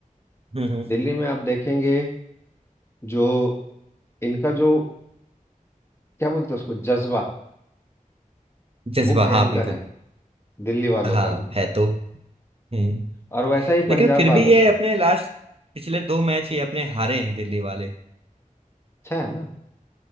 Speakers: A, on the right; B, on the left.
A: हम्म हम्म,
B: दिल्ली में आप देखेंगे जो इनका जो क्या बोलते हैं उसको जज्बा
A: जज्बा
B: वो भयंकर
A: हाँ बिल्कुल
B: है दिल्ली वालों
A: हाँ
B: का भी
A: है तो हम्म
B: और वैसा ही पंजाब
A: लेकिन फिर
B: वालों
A: भी ये
B: का है।
A: अपने लास्ट पिछले दो मैच ये अपने हारे हैं दिल्ली वाले
B: अच्छा है ना